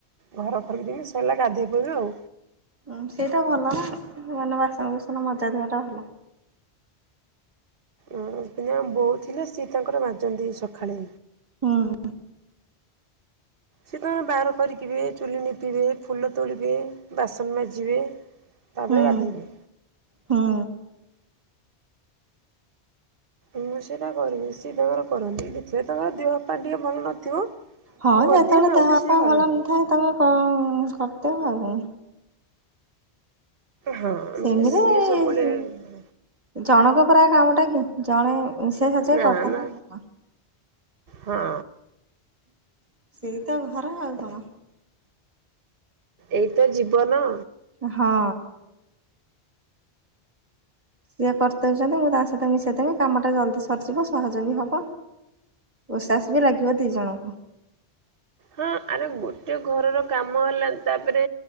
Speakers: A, on the right; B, on the right.
A: ଘର ଖରିଦେମି ସଇଲା ଗାଧେଇ ପକେଇବି ଆଉ।
B: ଅଂ ସେଇଟା ଭଲ ନା। <unintelligible> ବାସନକୁସନ ମଜା ଧୁଆ ଭଲ।
A: ଉଁ ଓପିନିଅର ବୋଉ ଥିଲେ। ସିଏ ତାଙ୍କର ମାଜନ୍ତି ସକାଳେ
B: ହୁଁ।
A: ସିଏ ତଙ୍କର ବାହାର କରିଥିବେ ଚୁଲି ନିପିବେ, ଫୁଲ ତୋଳିବେ, ବାସନ ମାଜିବେ ତାପରେ
B: ହୁଁ
A: ଗାଧେଇବେ।
B: ହୁଁ।
A: ମୁଁ ସେଇଟା କରିବି। ସିଏ ତାଙ୍କର କରନ୍ତି। ଦେଖିଲେ ତାଙ୍କର ଦେହପା ଟିକେ ଭଲ ନଥିବ।
B: ହଁ
A: ମୁଁ କରିଦିଏ
B: ଯେତେବେଳେ
A: ନହେଲେ
B: ଦେହ <inaudible>
A: ସିଏ
B: ପା
A: କରନ୍ତି
B: ଭଲ ନଥାଏ। ତମେ କରିଦେବ ଆଉ।
A: ହଁ
B: ସେମିରେ
A: ନହେଲେ ସିଏ ସବୁବେଳେ
B: ସି ଜଣଙ୍କ ଦ୍ଵାରା କାମଟାକୁ ଜଣେ <unintelligible> ଶେଷଜାଇ
A: ନା
B: କରିଥାନ୍ତା
A: ନା
B: ଭଲ।
A: ହଁ।
B: <inaudible> ସେଇତ ଘର ଆଉ କଣ।
A: ଏଇତ ଜୀବନ।
B: ମୁଁ ହଁ। ସିଏ କରି ଦେଉଛନ୍ତି। ମୁଁ ତାଙ୍କ ସହିତ ମିଶେଇଦେବି। କାମଟା ଜଲ୍ଦି ସରିଯିବ ସହଜ ବି ହବ। ଉଶ୍ୱାସବି ଲାଗିବ ଦି ଜଣଙ୍କୁ।
A: ହଁ ଆରେ ଗୋଟେ ଘରର କାମ ହେଲା ତାପରେ